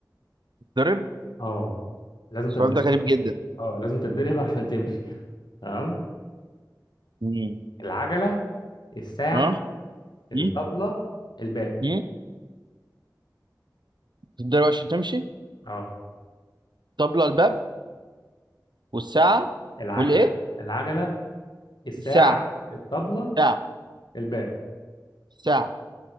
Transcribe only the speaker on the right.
ضرب
السؤال
ده غريب جدا
مم.
اه
مم.
مم. تتضرب عشان تمشي
طبلة الباب والساعة
والايه
الساعة
ساعة
ساعة